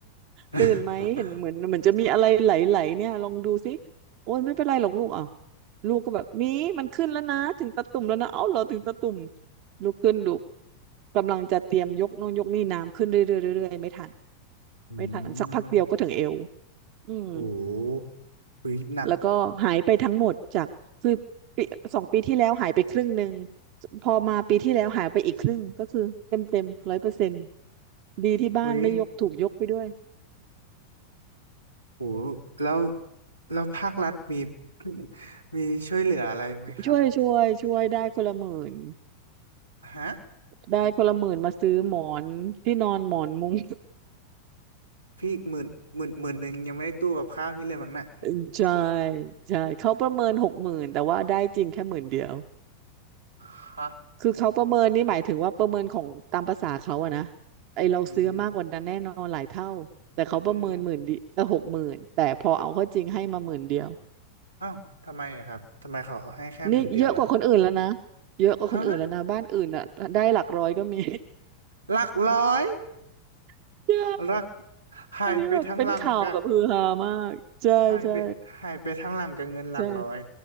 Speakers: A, on the right (about 40°); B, on the right (about 90°).
A: ตื่นไหมเห็นเหมือนเหมือนจะมีอะไรไหลๆเนี่ยลองดูสิ
B: <laughs>
A: โอ้ยไม่เป็นไรหรอกลูกอ่ะลูกก็แบบมีมันขึ้นแล้วนะถึงตะตุ่มแล้วนะเอ้าเหรอถึงตะตุ่มลุกขึ้นลูกกำลังจะเตรียมยกโน้องยกนี่น้ำขึ้นเรื่อยๆเรื่อยๆไม่ทัน
B: อื
A: ไม่ทันสักพักเดียวก็ถึงเอว
B: ม
A: อืม
B: โอ้โหหุยหนัก
A: แล้วก็หายไปทั้งหมดจากคือปีสองปีที่แล้วหายไปครึ่งหนึ่งพอมาปีที่แล้วหายไปอีกครึ่งก็คือเต็มเต็มร้อยเปอร์เซ็นต์ดีที่บ้านไม่ยกถูกยกไปด้วย
B: หุยโอ้โหแล้วแล้วภาครัฐมี <coughs> มีช่วยเหลืออะไรไหมครับ
A: ช่วยช่วยช่วยได้คนละหมื่น
B: ฮะ
A: ได้คนละหมื่นมาซื้อหมอนที่นอนหมอนมุ้ง
B: พี่หมื่นหมื่นหมื่นหนึ่งยังไม่ได้ตู้กับข้าวพี่เลยมั้งน่ะ
A: <laughs> ใช่ใช่เขาประเมินหกหมื่นแต่ว่าได้จริงแค่หมื่นเดียว
B: ฮะ
A: คือเขาประเมินนี่หมายถึงว่าประเมินของตามภาษาเขาอะนะไอเราซื้อมากกว่านั้นแน่นอนหลายเท่าแต่เขาประเมินหมื่นดิเออหกหมื่นแต่พอเอาเข้าจริงให้มาหมื่นเดียว
B: อืมอืมอ้าวทำไมอะครับทำไมเขาให้แค่หมื่นเดียวล่ะ
A: นี่เยอะกว่าคนอื่นแล้วนะเยอะกว่าคนอื่นแล้วนะบ้านอื่นอะได้หลักร้อยก็มี
B: ฮะหลักร้อย
A: <laughs> ใช่
B: หลักหายไปทั้งหลังกับ
A: อันนี้แบบเป็นข่าวแบบฮือฮามากใช่ใช่
B: หายไปหายไปทั้งหลังกับเงินหลักร้อย
A: ใช่